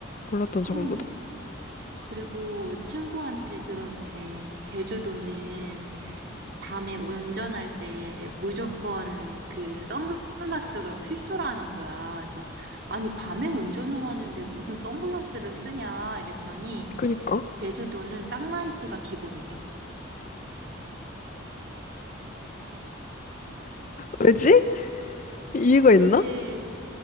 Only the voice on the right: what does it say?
그러니
그리고 친구한테 들었는데 제주도는 밤에 운전할 때 무조건 그 선글라스가 필수라는 거야. 그래서 아니 밤에 운전을 하는데 무슨 선글라스를 쓰냐 이랬더니
제주도는 쌍라이트가 기본이래.
그게